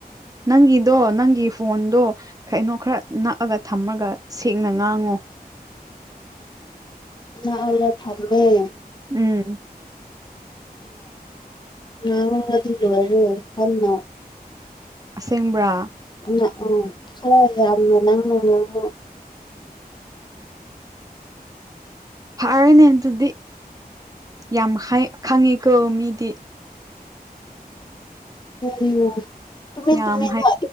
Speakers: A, on the right; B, on the left.
A: ꯅꯪꯒꯤꯗꯣ ꯅꯪꯒꯤ ꯐꯣꯟꯗꯣ ꯀꯩꯅꯣ ꯈꯔ ꯅꯛꯑꯒ ꯊꯝꯃꯒ ꯁꯦꯡꯅ ꯉꯥꯡꯉꯣ
B: <inaudible> ꯊꯝꯃꯦ
A: ꯎꯝ
B: <inaudible> ꯉꯥꯡꯔꯗꯤ ꯂꯣꯏꯔꯦ ꯀꯟꯅ
A: ꯑꯁꯦꯡꯕ꯭ꯔꯥ
B: <inaudible> ꯎꯝ ꯈꯔ ꯌꯥꯝꯅ ꯅꯪꯅ ꯉꯥꯉꯨ
A: ꯐꯔꯦꯅꯦ ꯑꯗꯨꯗꯤ ꯌꯥꯝ ꯍꯩ ꯈꯪꯉꯤꯀꯣ ꯃꯤꯗꯤ
B: <inaudible> ꯇꯨꯃꯤꯟ
A: ꯌꯥꯝ
B: ꯇꯨꯃꯤꯟꯅ
A: ꯍꯥꯏ